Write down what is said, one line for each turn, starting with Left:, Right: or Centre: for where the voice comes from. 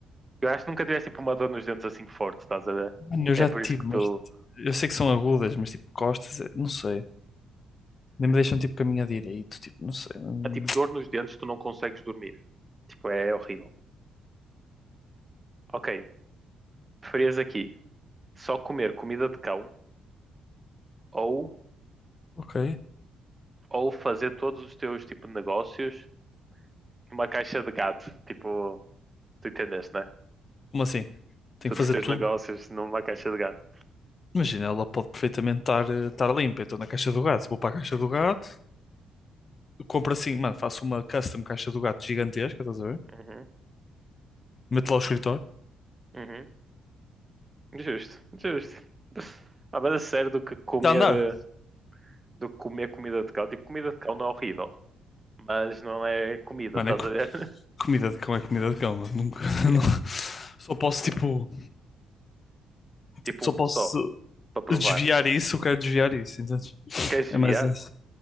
Right: Eu acho que nunca tivesse tipo uma dor nos dentes assim forte, estás a ver?
Left: Mano, eu já
Right: É por
Left: tive,
Right: isso que
Left: mas
Right: tu.
Left: eu sei que são agudas, mas tipo costas, eh, não sei. Nem me deixam tipo caminhar direito, tipo, não sei. hum,
Right: É tipo dor nos dentes, tu não consegues dormir. Tipo, é horrível. Ok, preferias aqui só comer comida de cão ou,
Left: ok.
Right: ou fazer todos os teus tipo de negócios numa caixa de gato? Tipo, tu entendeste, né?
Left: Como assim? Tenho
Right: Todos
Left: que fazer
Right: os teus
Left: tudo.
Right: negócios numa caixa de gato.
Left: Imagina, ela pode perfeitamente estar, eh, estar limpa. Então na caixa do gato, vou para a caixa do gato, eu compro assim, mano, faço uma custom caixa do gato gigantesca, estás a ver?
Right: Uhum,
Left: Meto lá o escritório,
Right: uhum. Justo, justo. Ah, mas a sério do que comer,
Left: está a andar.
Right: eh, do que comer comida de cão. Tipo, comida de cão não é horrível, mas não é comida,
Left: Mano,
Right: estás
Left: é co-
Right: a ver? <laughs>
Left: comida de cão, é comida de cão, mano. Nunca, <laughs>
Right: É,
Left: não- só posso tipo,
Right: Tipo
Left: tipo, só
Right: um
Left: posso
Right: só, para provar.
Left: desviar isso, eu quero desviar isso, entendes?
Right: Tu queres
Left: É
Right: desviar?
Left: mais isso.